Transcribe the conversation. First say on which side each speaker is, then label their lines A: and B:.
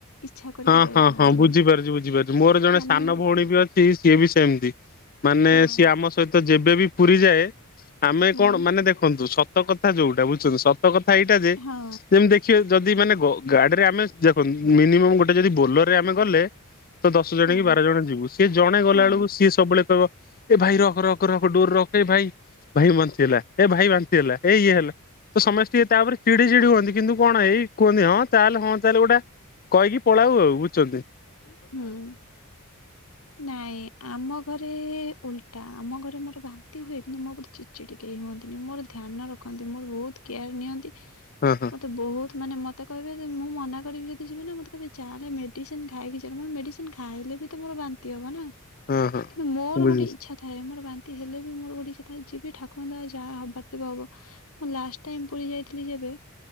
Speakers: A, on the left; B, on the left.
A: ଇଚ୍ଛା କରିକି
B: ହଁ
A: ଯାଇପାରନ୍ତିନି
B: ହଁ ହଁ ବୁଝିପାରୁଛି ବୁଝିପାରୁଛି ମୋର ଜଣେ
A: ମାନେ
B: ସାନ ଭଉଣୀ ବି ଅଛି ସିଏ ବି ସେମିତି ମାନେ
A: ହଁ
B: ସିଏ ଆମ ସହିତ ଯେବେବି ପୁରୀଯାଏ ଆମେ
A: ହୁଁ
B: କଣ ମାନେ ଦେଖନ୍ତୁ ସତ କଥା ଯଉଟା ବୁଝଛନ୍ତି ସତ କଥା ଏଇଟା ଯେମିତି
A: ହଁ
B: କିଏ ଯଦି ମାନେ ଗାଡ଼ିରେ ଆମେ ଦେଖନ୍ତୁ ମିନିମମ୍ ଗୋଟେ ଯଦି ବୋଲରରେ ଆମେ ଗଲେ ତ ଦଶ ଜଣ
A: ହଁ
B: କି ବାର ଜଣ ଯିବୁ ସିଏ ଜଣେ ଗଲା
A: ହଁ
B: ବେଳକୁ ସିଏ ସବୁବେଳେ କହିବ ଏ ଭାଇ ରଖ ରଖ ରଖ ଡୋର ରଖ ଏ ଭାଇ ଭାଇ ବାନ୍ତି ହେଲା ଏ ଭାଇ ବାନ୍ତି ହେଲା ଏ ଇଏ ହେଲା ତ ସମସ୍ତେ ଟିକେ ତାପରେ ଚିଡି ଚିଡି ହୁଅନ୍ତି କିନ୍ତୁ କଣ ଏଇ କୁହନ୍ତି ହଁ ଚାଲେ ହଁ ଚାଲେ ଗୋଟେ କହିକି ପଳାଉ ଆଉ ବୁଝଛନ୍ତି?
A: ଉଁ ହୁଁ
B: <unintelligible>
A: ନାଇଁ ଆମ ଘରେ ଓଲଟା ଆମ ଘରେ ମୋର ବାନ୍ତି ହୁଏ କିନ୍ତୁ ମୋତେ ଚି ଚିଡି କେହି ହୁଅନ୍ତିନି ମୋର ଧ୍ୟାନ ରଖନ୍ତି ମୋର ବହୁତ କେୟାର ନିଅନ୍ତି।
B: ହୁଁ ହୁଁ।
A: ମତେ ବହୁତ ମାନେ ମତେ କହିବେ ଜେ ମୁଁ ମନା କରିବି ଯଦି ଯିବି ନା ମତେ କହିବେ ଚାଲେ ମେଡିସିନ ଖାଇକି ଯିବୁ। ମେଡିସିନ ଖାଇଲେ ବି ତ ମୋର ବାନ୍ତି ହବ ନା
B: ହଁ ହଁ।
A: କିନ୍ତୁ ମୋର
B: ବୁଝୁଛି
A: ଗୋଟେ ଇଛା ଥାଏ ମୋର ବାନ୍ତି ହେଲେ ବି ମୋର ଗୋଟେ ଇଛା ଥାଏ ଯିବି ଠାକୁରଙ୍କ ଦୟା ଯାହା ହବାର୍ଥିବ ହବ। ମୁଁ ଲାଷ୍ଟ ଟାଇମ ପୁରୀ ଯାଇଥିଲି ଯେବେ